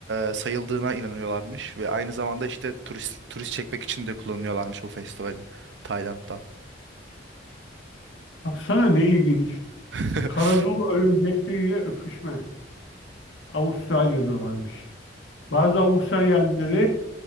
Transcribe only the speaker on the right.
e, sayıldığına inanıyorlarmış ve aynı zamanda işte turist turist çekmek için de kullanıyorlarmış bu festivali Tayland'da.
<laughs>